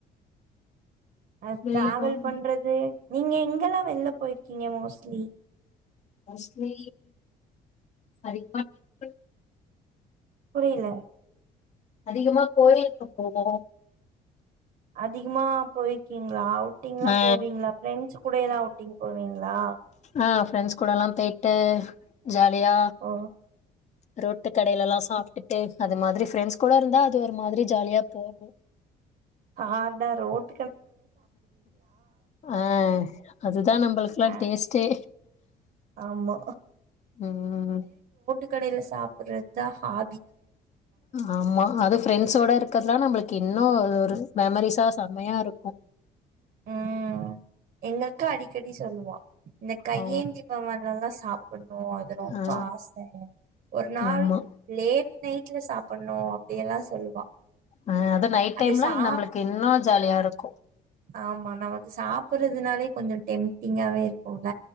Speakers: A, on the right; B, on the left.
A: ஆ
B: வெளியில
A: டிராவல்
B: போனு
A: பண்றது நீங்க எங்கெல்லாம் வெளில போயிருக்கீங்க மோஸ்ட்லி
B: மோஸ்ட்லி ஹரித்வார் டெம்ப்ள்
A: புரியல
B: அதிகமா கோயிலுக்கு போவோ
A: அதிகமாக போயிருக்கீங்களா அவுட்டிங்லா
B: ஆ
A: போவீங்களா ப்ரெண்ட்ஸ் கூட எல்லாம் அவுட்டிங் போவீங்களா
B: ஆ ஃப்ரெண்ட்ஸ் கூடலா போய்ட்டு ஜாலியா
A: ஓ
B: ரோட்டு கடையலலா சாப்ட்டுட்டு அது மாதிரி ஃப்ரெண்ட்ஸ் கூட இருந்தா அது ஒரு மாதிரி ஜாலியா போகும்
A: ஆடா ரோட்
B: ஆ அதுதா நம்மளுக்குெல்லா
A: ஆ
B: டேஸ்டே
A: ஆமா
B: உம்
A: ரோட்டுகடைல சாப்பறத ஆ
B: ஆமா அது ஃப்ரெண்ட்ஸோட இருக்கிறதுல்லா நம்மளுக்கு இன்னு ஒரு மெமரிஸா செம்மையா இருக்கு
A: உம் எங்க அக்கா அடி க்கெடி சொல்லுவா இந்த கை
B: ஓ
A: ஏந்திசி பவன்ல்லா சாப்பிடணும் அது ரொம்ப
B: ஆ
A: ஆச ஒரு நாள்
B: ஆமா
A: லேட் நைட்ல சாப்பிடணும் அப்படியெல்லா சொல்லுவா
B: ஆ நைட்
A: அது
B: டைம்லா
A: சாப்
B: நம்மளுக்கு இன்னு ஜாலியா இருக்கு
A: ஆமா நா வந்து சாப் பறதுனாலே கொஞ்ச டெம்டிங்காவே போல